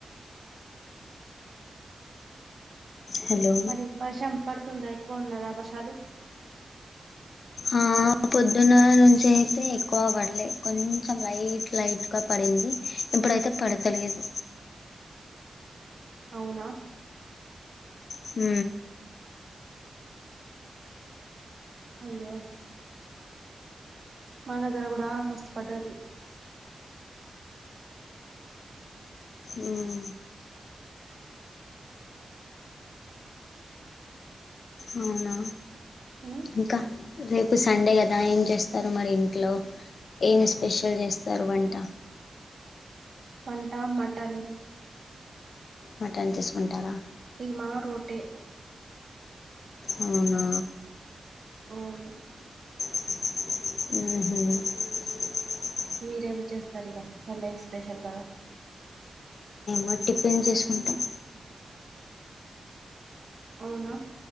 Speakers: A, on the left (about 75°); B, on the right (about 55°).
A: హలో
B: మరి వర్షం పడుతుందా ఎక్కువ ఉన్నదా వర్షాలు.
A: ఆ పొద్దున్న నుంచైతే ఎక్కువ పడలే కొంచెం లైట్ లైట్గా పడింది. ఇప్పుడైతే పడతలేదు.
B: అవునా.
A: హు.
B: అయ్యో. మా దగ్గర కూడా మస్తు పడ్డది.
A: ఉం. అవునా.
B: ఉమ్
A: ఇంకా రేపు సండే కదా ఏం చేస్తారు మరి ఇంట్లో. ఏం స్పెషల్ చేస్తారు వంట.
B: వంట మటన్.
A: మటన్ తీసుకుంటారా.
B: ఫీమా రోటే.
A: అవునా.
B: అవును.
A: ఉహు.
B: మీరేం చేస్తారు ఇక సండే స్పెషల్ కదా.
A: మద్ టిఫిన్ చేసుకుంటె.
B: అవునా.